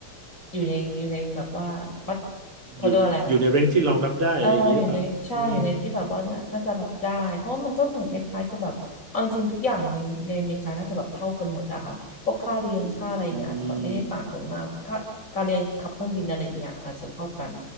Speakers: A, on the left; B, on the right.
A: อยู่ในอยู่ในแบบว่ามัดเขาเรียกว่าอะไร
B: อยู่อยู่ในเรนจ์ที่รองรับได้อะไรอย่างนี้หรือเปล่านะ
A: เอออยู่ในใช่อยู่ในที่แบบว่าน่าน่าจะรับได้เพราะว่ามันก็เหมือนคล้ายๆกับแบบเอาจริงๆทุกอย่างในในอเมริกาน่าจะแบบเท่ากันหมดอะค่ะพวกค่าเรียนค่าอะไรอย่างเงี้ยอาจจะแบบไม่ได้ต่างกันมากค่าการเรียนขับเครื่องบินอะไรอย่างเงี้ยอาจจะเท่ากัน
B: อืม